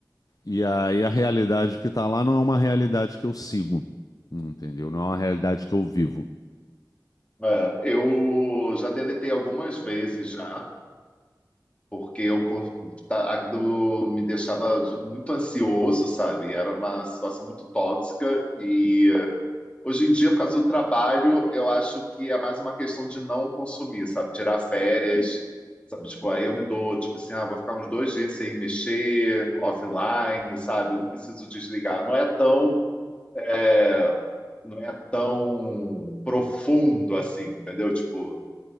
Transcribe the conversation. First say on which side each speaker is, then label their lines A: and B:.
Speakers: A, on the left; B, on the left.
A: E aí, a realidade que está lá não é uma realidade que eu sigo, entendeu? Não é uma realidade que eu vivo.
B: É, eu já deletei algumas vezes já, porque eu con- tá- aquilo me deixava de- muito ansioso, sabe? Era uma situação muito tóxica e Hoje em dia, por causa do trabalho, eu acho que é mais uma questão de não consumir, sabe? Tirar férias, sabe? Tipo, aí eu me dou, tipo assim, ah, vou ficar uns dois dias sem mexer, offline, sabe? Não preciso desligar. Não é tão, é, não é tão profundo assim, entendeu? Tipo,